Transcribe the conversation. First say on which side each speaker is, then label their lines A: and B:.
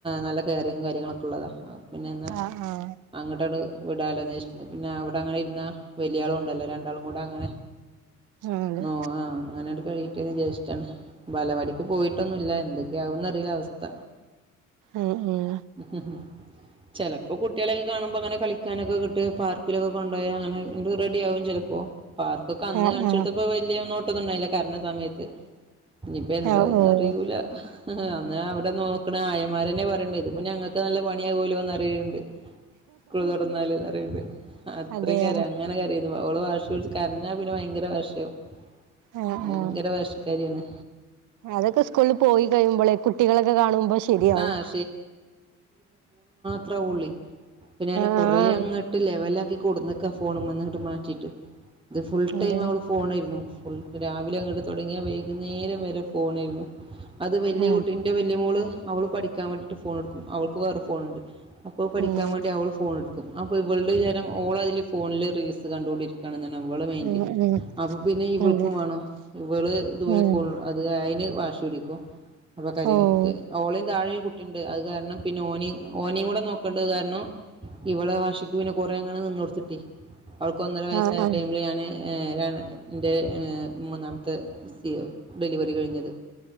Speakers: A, on the right; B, on the right.
A: നല്ല കെയറും കാര്യങ്ങളൊക്കെ ഉള്ളതാണ് പിന്നെന്നാ.
B: ആഹ് ആഹ്
A: അങ്ങട്ടാട്ട് വിടല്ലോന്വേഷിച്ചുന്നത് പിന്നെ അവിടെ അങ്ങനെ ഇരുന്ന വലിയളും ഉണ്ടല്ലോ രണ്ടാളും കൂടെ അങ്ങനെ,
B: ആഹ് അതെ
A: ഓ ആഹ് അങ്ങനെയണ്ട് കഴി ചേഷാണ് ബലപടിക്ക് പോയിട്ടൊന്നുംല്ല എന്തൊക്കെയ ആകന്ന് അറിയില അവസ്ഥ
B: ഉം ഉം
A: <inaudible> ചിലപ്പോ കുട്ടികളെക്കെ കാണുമ്പോൾ അങ്ങനെ കളിക്കാനൊക്കെ കിട്ട് പാർക്കിലോക്കെ കൊണ്ടായ അങ്ങനെ റെഡി ആകും ചിലപ്പോ പാർക്കൊക്കെ അന്ന്
B: ആഹ്
A: കാണിച്ചെടുത്തപ്പോ
B: ആഹ്
A: വലിയ നോട്ടൊന്നും ഉണ്ടായില്ല കരഞ്ഞ സമയത്ത് ഇഞ്ഞിപ്പ എന്താന്ന്
B: ആഹ് ഓഹ്
A: അറിയൂല. അന്നാ അവിടെ നോക്കണ ആയന്മാരന്നെ പറയ്ണ്ട് ഇതിപ്പ ഞങ്ങൾക്ക് നല്ല പണിയാകലോന്ന്റയുന്നുണ്ട് സ്കൂൾ തുറന്നാല് പറയ്ണ്ട് അത്രയും
B: അതെയോ
A: കരയ് അങ്ങനെ കര- പിന്നെ ഓൾ വാശി പിടിച്ചു കരഞ്ഞാ പിന്നെ ഭയങ്കര വാശിയാവും
B: ആഹ്
A: ഭയങ്കര
B: ആഹ്
A: വാശിക്കാരിയാണ്.
B: അതൊക്കെ സ്കൂളിൽ പോയി കഴിയുമ്പോളെ കുട്ടികളൊക്കെ കാണുമ്പോ ശെരിയാവും,
A: ആഹ് അത്രള്ള ഞാൻ കൊറെേ
B: ആഹ്
A: അങ്ങോട്ട് ലെവല ആക്കി കൊടുന്ന ഫോണും മന്ന് മാറ്റിട്ട് ഇത് ഫുൾ ടൈം
B: അതെ
A: അവള് ഫോണായിരുന്നു ഫുൾ രാവിലെ അങ്ങോട്ട് തുടങ്ങിയാൽ വൈകുന്നേരം വരെ ഫോണായിരുന്നു അത് വലിയ
B: അതെ
A: കുട്ടി വല്ല്യ മോള് അവൾ പഠിക്കാൻ വേണ്ടിട്ട് ഫോൺ എടുക്കും അവൾക്ക് വേറെ ഫോൺുണ്ട് അപ്പോ പഠിക്കാൻ
B: ഉം
A: വേണ്ടി അവള്, ഫോൺ എടുക്കും അപ്പോൾ ഇവളടെ വിചാരം ഓൾ അതില് ഫോണില് റീൽസ് കണ്ടുകണ്ടിരിക്കും. ഇവള് മൈന്റ്
B: ഉം ഉം
A: അപ്പൊ പിന്നെ ഇവൾക്കും
B: അതെ
A: വേണോ ഇവള് ഇതുപോലെ
B: ഉം
A: ഫോൺ. അത് അയ്ന് വാശി പിടിക്കും അപ്പൊ കരയും
B: ഓഹ്
A: ക്ക് ഓളൈൻ താഴെ ണ്ട് അത് കാരണം പിന്നെ ഓനെ ഓനേം കൂടെ നോക്കേണ്ടത് കാരണം ഇവടെ വാശിക്ക് പിന്നെ കൊറെ അങ്ങെ നിന്നോടുത്തിട്ട് അവർക്ക് ഒന്നര വയസ്സായ
B: ആഹ് ആഹ്
A: ടൈമില് ഞാന് താണ് എൻ്റെ മൂന്നാമത്തെ സ ഡെലിവറി കഴിഞ്ഞത്.